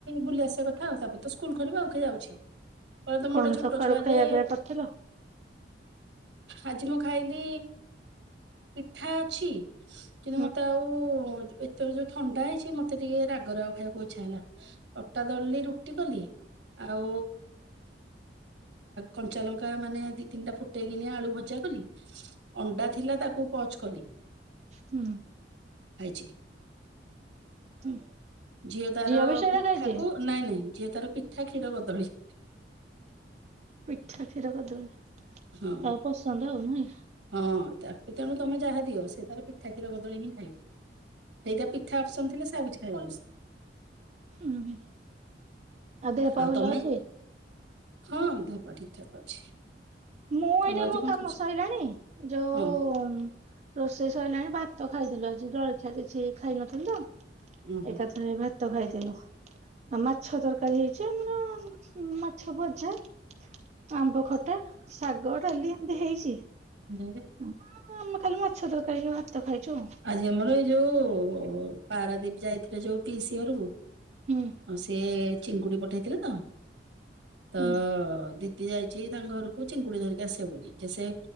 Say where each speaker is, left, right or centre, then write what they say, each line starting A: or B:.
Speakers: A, on the right; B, on the right.
A: ବୁଲି ଆସିବା କଥା ଆଉ ତାପରେ ତ ସ୍କୁଲ ଖୋଲିବ ଆଉ କିଏ ଯାଉଚି। କହିଲେ ତମେ
B: କଣ
A: ଗୋଟେ ଛୋଟ
B: ସକାଳୁ
A: ଛୁଆ
B: ଖାଇବା
A: ଯେ
B: ପିଇବା କରିଥିଲ?
A: ଆଜି ମୁଁ ଖାଇଲି ପିଠା ଅଛି। କିନ୍ତୁ
B: ହୁଁ
A: ମତେ ଆଉ ଏତବେଳେ ଯୋଉ ଥଣ୍ଡା ହେଇଛି। ମତେ ଟିକେ ରାଗ ରାଗ ଖାଇବାକୁ ଇଚ୍ଛା ହେଲା। ଅଟା ଦଳିଲି ରୁଟି କଲି ଆଉ କଞ୍ଚା ଲଙ୍କା ମାନେ ଦି, ତିନିଟା ଫୁଟେଇକିନି ଆଳୁ ଭଜା କଲି। ଅଣ୍ଡା ଥିଲା ତାକୁ ପଚ୍ କଲି।
B: ହୁଁ।
A: ଆଇଚି।
B: ହୁଁ
A: ଝିଅ ତାର
B: ବି ସେଇରା
A: ପିଠାକୁ
B: ଖାଇଛି
A: ନା ନାଇଁ ଝିଅ ତାର ପିଠା କ୍ଷୀର କଦଳି
B: ପିଠା କ୍ଷୀର କଦଳି
A: ହଁ।
B: ତା ପସନ୍ଦ ନୁହେଁ।
A: ହଁ ତାକୁ ତେଣୁ ତମେ ଯାହା ଦିଅ ସେ ତାର ପିଠା କ୍ଷୀର କଦଳୀ ହିଁ ଖାଇବ। ଏଇଟା ପିଠା ଆପ୍ ସନ୍ ଥିଲେ ସେ ଆଉ କିଛି ଖାଇଵନି।
B: ହୁଁ ଦେହ ପା
A: ଆଉ
B: ଭଲ
A: ତମେ?
B: ଅଛି?
A: ହଁ ଦେହପା ଠିକ୍ ଠାକ୍ ଅଛି।
B: ମୁଁ
A: ତମର
B: ଏଇଠି
A: ଆଜି
B: ମୋ
A: କଣ
B: କାମ
A: ଖାଇଛ?
B: ସଇଲାଣୀ। ଯୋଉ
A: ହଁ
B: ରୋଷେଇ ସଇଲାଣି ଭାତ ଖାଇଦେଲୁ ଆଜି ଜଳଖିଆ କିଛି ଖାଇ ନଥିଲୁ ତ
A: ଉଁ ହୁଁ।
B: ଏକାଥରେ ଭାତ ଖାଇଦେଲୁ। ଆଉ ମାଛ ତରକାରୀ ହେଇଚି ଆମର ମାଛ ଭଜା। ଆମ୍ବ ଖଟା, ଶାଗ, ଡାଲି ଏମତି ହେଇଚି। ହ
A: ଓହୋ
B: ଆମେ ଭଲ ଖାଲି ମାଛ ତରକାରୀ, ଭାତ ଖାଇଛୁ।
A: ଆଜି ଆମର ଏଇ ଯୋଉ ପାରାଦୀପି୍ ଯାଇଥିଲେ ଯୋଉ ପିଇସି ଘରକୁ।
B: ହୁଁ।
A: ସିଏ ଚିଙ୍କୁୁଡି ପଠେଇଥିଲେତ ତ
B: ହୁଁ
A: ଦିି ଦିଯାଇଛି ତାଙ୍କ ଘରକୁ ଚିଙ୍ଗୁଡି ଧରିକି ଆସିବ ବୋଲି ଯେ ସେ